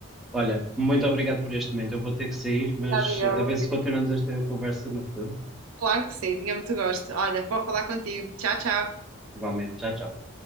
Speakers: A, in the centre; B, on the right.
A: Olha, muito obrigado por este momento. Eu vou ter que sair, mas
B: Obrigada, eu,
A: a ver
B: Luís.
A: se continuamos esta conversa no futuro.
B: Claro que sim, tinha muito gosto. Olha, vou falar contigo. Tchau, tchau.
A: Igualmente, tchau, tchau.